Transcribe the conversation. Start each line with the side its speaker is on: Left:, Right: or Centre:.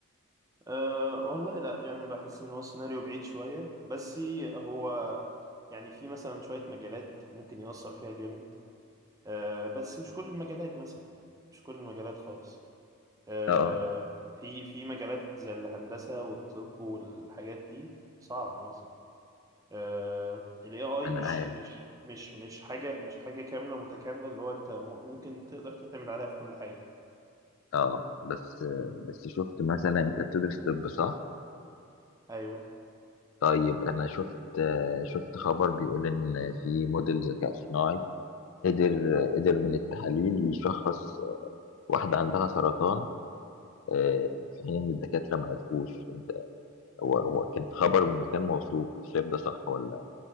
Right: أه والله لا يعني بحس إن هو سيناريو بعيد شوية بس هو يعني في مثلا شوية مجالات ممكن يأثر فيها جامد أه بس مش كل المجالات مثلا يعني مش كل المجالات خالص آه،
Left: اه
Right: في في مجالات زي الهندسة والطب والحاجات دي صعب مثلا آه، ال AI
Left: انا
Right: مش
Left: عارف
Right: مش مش مش حاجة مش حاجة كاملة متكاملة اللي هو أنت م- ممكن تقدر تعتمد عليها في كل حاجة
Left: اه بس بس شفت مثلا انت بتدرس طب صح
Right: أيوه
Left: طيب انا شفت شفت خبر بيقول ان في موديل ذكاء صناعي قدر قدر من التحاليل يشخص واحدة عندها سرطان آه، في حين إن الدكاترة ما عرفوش أنت هو هو كان خبر من مكان موثوق شايف ده صح ولا